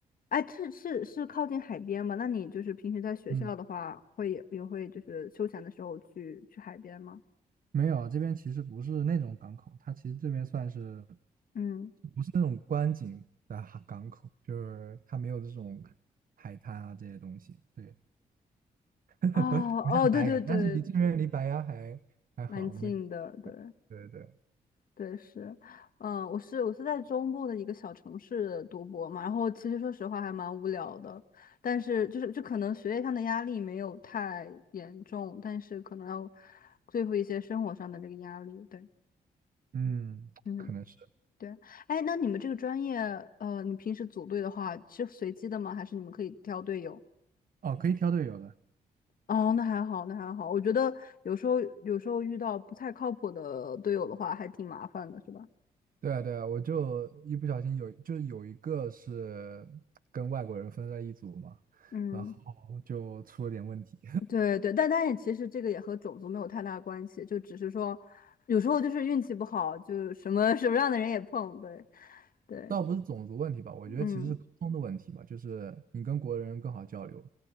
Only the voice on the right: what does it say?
嗯。
没有，啊，这边其实不是那种港口，它其实这边算是，
不是那种观景的哈港口，就是它没有这种海滩啊这些东西，对，<laughs>
不像白洋，
但是离这边离白洋还还好，
没，
对对对，
嗯，
可能是，
哦，可以挑队友的，
对啊对啊，我就一不小心有，就是有一个是跟外国人分在一组嘛，
然后就出了点问题，
倒不是种族问题吧，我觉得其实是沟通的问题吧，
就是你跟国人更好交流，